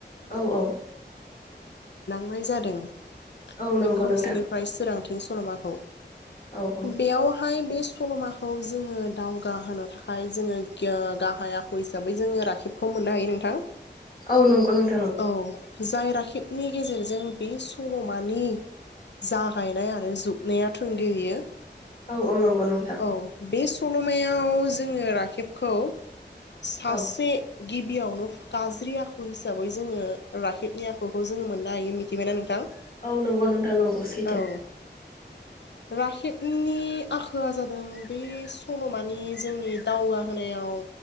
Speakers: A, on the left (about 50°); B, on the left (about 70°).
A: औ औ।
B: लिरनाय जादों।
A: औ
B: बे
A: नंगौ
B: खोमसिनिफ्राय
A: नोंथां
B: सोरां थिं सल'माखौ।
A: औ औ
B: बेयाव हायो बे सल'माखौ जोङो दावगा होनोनो थाखाय जोङो गाहायाव हिसाबै जोङो राखेब खौ मोननो हायो नोंथां।
A: औ नंगौ नोंथा नंगौ।
B: औ जाय राखेबनि गेजेरजों बे सल'मानि जागायनाय आरो जोबनाया थोंगेहैयो।
A: औ औ नंगौ नोंथां
B: औ बे सल'मायाव जोङो खेबखौ सासे
A: औ
B: गिबियावनो फकाज ज्रि आखु हिसाबै जोङो राखेबनि आखुखौ जोङो मोननो हायो मिथिबायना नोंथां?
A: औ नंगौ नोंथां नंगौ सैथो।
B: औ राखेबनि आखला जादों बे सल'मानि जोंनि दावगाहोनायाव